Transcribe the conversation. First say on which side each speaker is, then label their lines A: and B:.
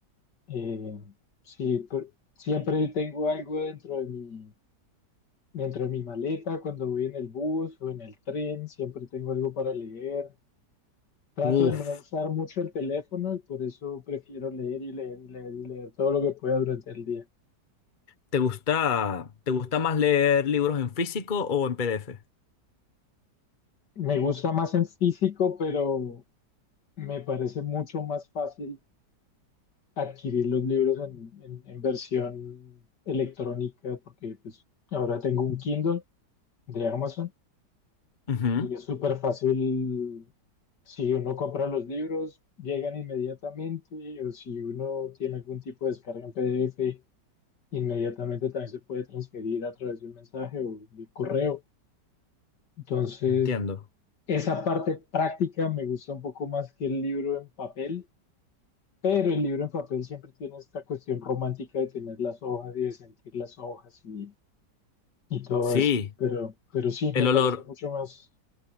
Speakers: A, on the left; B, on the left.
A: Eh, sí, por- siempre tengo algo dentro de mí Dentro de mi maleta, cuando voy en el bus o en el tren, siempre tengo algo para leer. Trato
B: Uf,
A: de no usar mucho el teléfono y por eso prefiero leer y leer y leer y leer todo lo que pueda durante el día.
B: ¿te gusta, te gusta más leer libros en físico o en PDF?
A: Me gusta más en físico, pero me parece mucho más fácil adquirir los libros en, en- en versión electrónica porque pues, ahora tengo un Kindle de Amazon.
B: Ujú,
A: Y es súper fácil si uno compra los libros, llegan inmediatamente, o si uno tiene algún tipo de descarga en PDF, inmediatamente también se puede transferir a través de un mensaje o de correo. Entonces,
B: Entiendo.
A: esa parte práctica me gusta un poco más que el libro en papel, pero el libro en papel siempre tiene esta cuestión romántica de tener las hojas y de sentir las hojas y, y todo
B: Sí.
A: esto. Pero, pero sí,
B: El
A: me
B: olor,
A: parece mucho más,